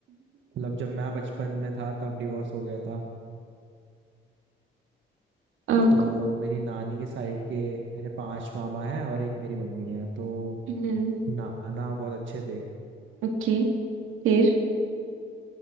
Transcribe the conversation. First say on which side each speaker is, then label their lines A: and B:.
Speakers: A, on the right; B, on the right.
A: मतलब जब मैं बचपन में था तब डिवोर्स हो गया था
B: अ,
A: तो
B: खु-
A: मेरी नानी के साइड के मेरे पांच मामा हैं और एक मेरी मम्मी है तो
B: हम्म
A: नाना बहुत अच्छे थे
B: ओके फिर